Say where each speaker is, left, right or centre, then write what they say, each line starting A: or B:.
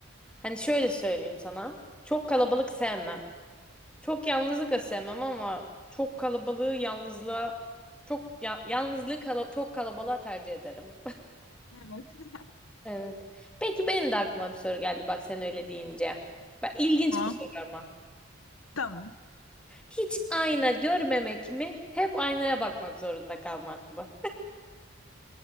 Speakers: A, in the centre; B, on the left.
A: hani şöyle söyleyeyim sana çok kalabalık sevmem. Çok yalnızlık da sevmem ama çok kalabalığı yalnızlığa çok ya- yalnızlığı kala- çok kalabalığa tercih ederim.
B: Evet.
A: Evet. Peki benim de aklıma bir soru geldi bak sen öyle deyince. Ben, ilginç
B: Tamam.
A: bir soru ama.
B: Tamam.
A: Hiç ayna görmemek mi? Hep aynaya bakmak zorunda kalmak mı?